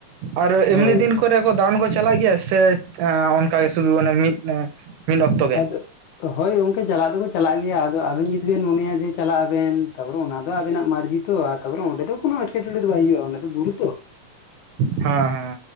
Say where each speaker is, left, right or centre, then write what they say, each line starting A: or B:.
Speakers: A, on the right; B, on the left.
A: ᱟᱨ ᱮᱢᱱᱤ
B: ᱦᱳᱭ
A: ᱫᱤᱱ ᱠᱚᱨᱮ ᱠᱚ ᱫᱟᱬᱟᱱ ᱠᱚ ᱪᱟᱞᱟᱜ ᱜᱮᱭᱟ ᱥᱮ ᱚᱱ ᱚᱱᱠᱟ ᱥᱩᱫᱩ ᱚᱱᱟ ᱢᱤᱫ ᱢᱤᱫ ᱚᱠᱛᱚ ᱜᱮ
B: ᱟᱫᱚ ᱦᱳᱭ ᱜᱚᱝᱠᱮ ᱪᱟᱞᱟᱜ ᱫᱚᱠᱚ ᱪᱟᱞᱟᱜ ᱜᱮᱭᱟ ᱟᱫᱚ ᱟᱵᱮᱱ ᱡᱩᱫᱤ ᱵᱮᱱ ᱢᱚᱱᱮᱭᱟ ᱡᱮ ᱪᱟᱞᱟᱜ ᱟᱵᱮᱱ ᱛᱟᱯᱚᱨᱮ ᱚᱱᱟ ᱫᱚ ᱟᱵᱮᱱᱟᱜ ᱢᱟᱹᱨᱡᱤ ᱛᱚ ᱛᱟᱯᱚᱨ ᱚᱸᱰᱮ ᱫᱚ ᱠᱚᱱᱚ ᱮᱴᱠᱮᱴᱚᱬᱮ ᱫᱚ ᱵᱟᱝ ᱦᱩᱭᱩᱜᱼᱟ ᱚᱱᱟ ᱫᱚ ᱵᱩᱨᱩ ᱛᱚ
A: ᱦᱟᱸ ᱦᱮᱸ